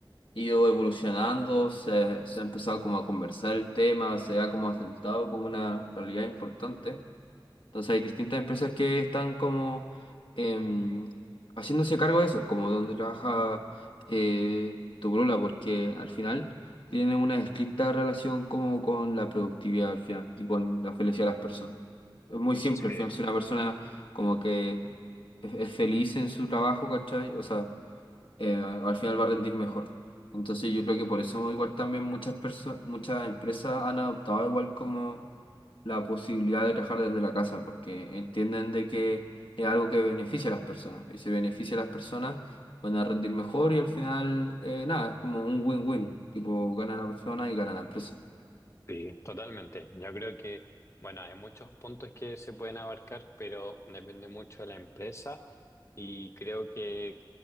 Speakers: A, on the left; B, on the left.
A: ido evolucionando, se, se ha empezado como a conversar el tema, se ha como asentado como una realidad importante. Entonces hay distintas empresas que están como em, haciéndose cargo de eso, como donde trabaja eh, tu polola, porque al final tiene una estricta relación como con la productividad al final y con la felicidad de las personas. Es muy simple,
B: <laughs> Sí.
A: al final si una persona como que es, es feliz en su trabajo, ¿cachai? O sea, eh, al final va a rendir mejor. Entonces yo creo que por eso igual también muchas personas, muchas empresas han adoptado igual como la posibilidad de trabajar desde la casa, porque entienden de que es algo que beneficia a las personas. Y si beneficia a las personas, van a rendir mejor y al final, eh, nada, es como un win-win. Tipo, gana la persona y gana la empresa.
B: Sí, totalmente. Yo creo que, bueno, hay muchos puntos que se pueden abarcar, pero depende mucho de la empresa y creo que